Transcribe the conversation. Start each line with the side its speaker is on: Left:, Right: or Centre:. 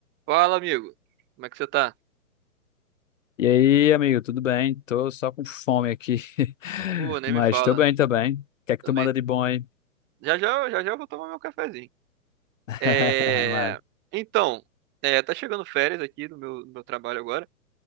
Right: Fala, amigo. Como é que você tá?
Left: E aí, amigo, tudo bem? Tô só com fome aqui, <laughs>
Right: Pô, nem
Left: mas
Right: me fala.
Left: tô bem, tô bem. O que é que
Right: Também.
Left: tu manda de bom aí?
Right: Já já, já já eu vou tomar meu cafezinho.
Left: <laughs>
Right: É...
Left: Mano.
Right: Então, é, tá chegando férias aqui do meu, do meu trabalho agora.